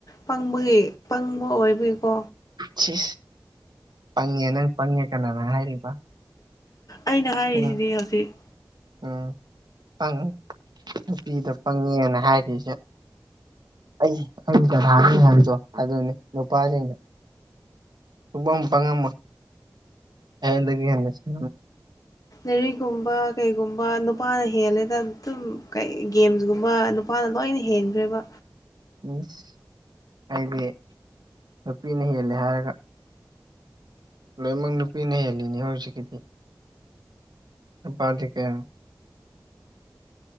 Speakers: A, on the left (about 50°); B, on the right (about 70°).
A: ꯄꯥꯡꯕꯒꯤ ꯄꯪꯕ ꯑꯣꯏꯕꯒꯤꯀꯣ
B: ꯁꯤ ꯄꯪꯉꯦ ꯅꯪ ꯄꯪꯉꯦ ꯀꯅꯥꯅ ꯍꯥꯏꯔꯤꯕ
A: ꯑꯩꯅ ꯍꯥꯏꯔꯤꯁꯤꯗꯤ
B: ꯎꯝ
A: ꯍꯧꯖꯤꯛ
B: ꯎꯝ ꯄꯪꯉ ꯅꯨꯄꯤꯗ ꯄꯪꯉꯦꯅ ꯍꯥꯏꯔꯤꯁꯦ ꯑꯩ ꯍꯥꯏꯕꯗꯣ <unintelligible> ꯑꯗꯨꯅꯤ ꯅꯨꯄꯥꯁꯤꯡꯅ ꯄꯪ ꯄꯉꯃꯣꯏ ꯑꯦꯗ ꯍꯦꯟꯟꯅꯁꯤ
A: ꯦꯔꯤꯒꯨꯝꯕ ꯀꯩꯒꯨꯝꯕ ꯅꯨꯄꯥꯅ ꯍꯦꯜꯂꯦꯗ ꯑꯗꯨꯝ ꯀꯩ ꯒꯦꯝꯁꯒꯨꯝꯕ ꯅꯨꯄꯥꯅ ꯂꯣꯏꯅ ꯍꯦꯟꯈ꯭ꯔꯦꯕ
B: ꯃꯤꯁ ꯑꯩꯗꯤ ꯅꯨꯄꯤꯅ ꯍꯦꯜꯂꯦ ꯍꯥꯏꯔꯒ ꯂꯣꯏꯅꯃꯛ ꯅꯨꯄꯤꯅ ꯍꯦꯜꯂꯤꯅꯤ ꯍꯧꯖꯤꯛꯀꯤꯗꯤ ꯄꯥꯕꯥꯗꯤꯀꯦ